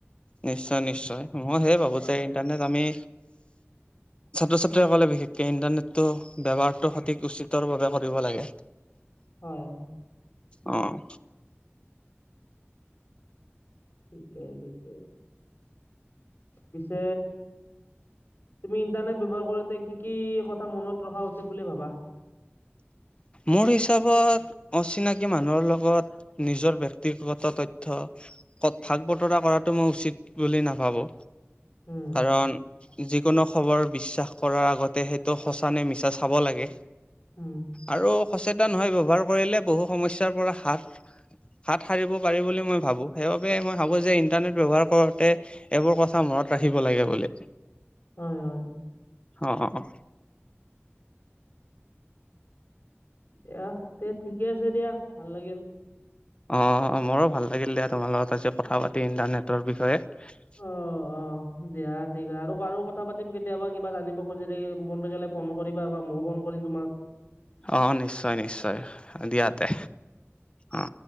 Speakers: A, on the left; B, on the left.
A: নিশ্চয় নিশ্চয় মই সেই ভাবো
B: হয়
A: যে ইণ্টাৰনেট আমি ছাত্ৰ ছাত্ৰীসকলে বিশেষকে ইণ্টাৰনেটটো ব্যৱহাৰটো সঠিক উচিতৰ বাবে কৰিব লাগে।
B: হয়।
A: অ'।
B: থিকেই ঠিকে পিছে তুমি ইণ্টাৰনেট ব্যৱহাৰ কৰোতে কি কি কথা মনত ৰখা উচিত বুলি ভাবা।
A: মোৰ হিচাপত অচিনাকি মানুহৰ লগত নিজৰ ব্যক্তিগত তথ্য কত ভাগ বতৰা কৰাটো মই উচিত বুলি নাভাবো।
B: উম
A: কাৰণ যিকোনো খবৰ বিশ্বাস কৰাৰ আগতে সেইটো সঁচানে মিছা চাব লাগে।
B: উম।
A: আৰু সচেতন হৈ ব্যৱহাৰ কৰিলে বহু সমস্যাৰ পৰা হাত হাত সাৰিব পাৰি বুলি মই ভাবো সেইবাবে মই ভাবোঁ যে ইণ্টাৰনেট ব্যৱহাৰ কৰোতে এইবোৰ কথা মনত ৰাখিব লাগে বোলে
B: হয় হয়।
A: অ', অ', অ'।
B: এয়া তে ঠিকে আছে দিয়া ভাল লাগিল।
A: অ', মোৰো ভাল লাগিল দিয়া তোমাৰ লগত আজি কথা পাতি ইণ্টাৰনেটৰ বিষয়ে।
B: অ', অ'। অ', দিয়া ঠিক আৰু আৰু কথা পাতিম কেতিয়াবা কিবা জানিব খুজি থাকি মনটো গলে ফ নটো কৰিবা বা মইও ফোন কৰিম তোমাক।
A: অ', নিশ্চয় নিশ্চয় দিয়াতে অ'।